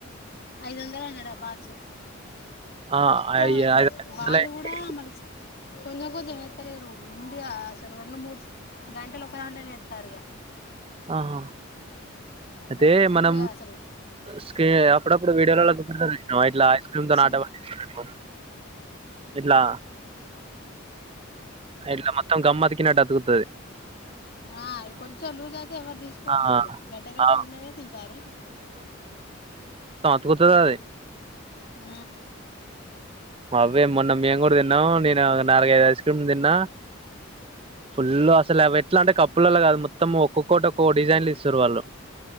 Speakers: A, on the left; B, on the right.
A: ఐదు వందలన్నడు ఆ బాక్స్
B: ఆ
A: ఇష్టమే
B: అయి
A: అసలు,
B: ఐదు వందలకి
A: వాళ్ళు గుడా మల్ కొంచం కొంచం అస్తలేరు, నిండుగా అసలు రొండు, మూడు గంటలు ఒక దాంట్లనే ఎస్తాన్రిగా
B: ఆహా, అయితే
A: అసలు ఫుల్గా
B: మనం
A: అసలు
B: స్ అప్పుడప్పుడు వీడియోలల్ల బుక్తరు చూసినవా ఐస్ క్రీమ్తో
A: చీమలు
B: అటపట్టిచినట్టు ఇట్లా ఇట్ల మొత్తం గం అతికినట్టు అతు తది.
A: ఆ కొంచం లూజ్ అయితే ఎవరు తీసుకోవట్లేరుగా
B: ఆ!
A: ఇగ గడ్డ గడ్డ
B: ఆ!
A: ఉన్నదే తింటారు.
B: పోతాదది.
A: ఆ
B: అవే మొన్న మేము గుడా తిన్నము, నేను ఒక నాలుగైఐదు ఐస్ క్రీమ్ తిన్ న్న ఫుల్ అసలు అవ్వి ఎట్ల అంటే కప్పులల కల్ మొత్తం ఒక్కొకటి ఒక్కో డిజైన్ ఇస్తాం రువాళ్లు